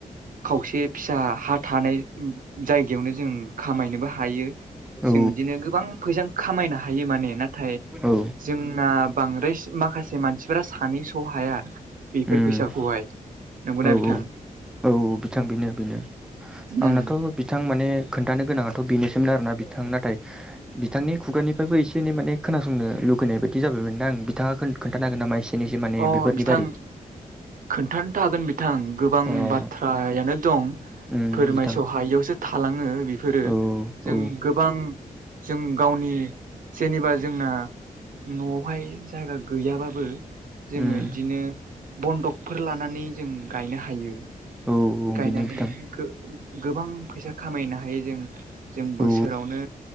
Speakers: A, on the right; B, in the centre.
A: खावसे फिसा हा थानाय जायगायावनो जों खामायनोबो हायो।
B: औ
A: जों इदिनो गोबां फैसा खामायनो हायो माने नाथाय
B: औ।
A: जोंना बांद्राय माखासे मानसिफोरा सानैस' हाया बेफोर
B: उम
A: फैसाखौहाय। नंगौना
B: औ
A: बिथां?
B: औ औ बिथां बेनो बेनो।
A: उम
B: आंनाथ' बिथां माने खोन्थानो गोनाङाथ' बेनोसोमोन आरोना बिथां नाथाय बि बिथांनि खुगानिफ्रायबो एसे एनै माने खोनासंनो लुगैनाय बायदि जाबायमोनदा आं बिथाङा खोन-खोन्थानो होगोन नामा एसे? एनैसो माने
A: अ
B: बेफोरनि
A: बिथां
B: बारै
A: खोन्थानोथ' हागोन बिथां गोबां
B: अ
A: बाथ्रायानो दं।
B: उम
A: फोरमायस'
B: बिथां
A: हायियावसो थालाङो बि फोरो
B: औ
A: जों
B: औ
A: गोबां जों गावनि जेनेबा जोंना न'आवहाय जागा गैयाबाबो जोङो
B: उम
A: इदिनो बन्दकफोर लानानै जों गायनो हायो।
B: औ औ
A: गायनानै
B: बेनो बिथां
A: गो-गोबां फैसा खामायनो हायो जों जों बोसोरावनो
B: औ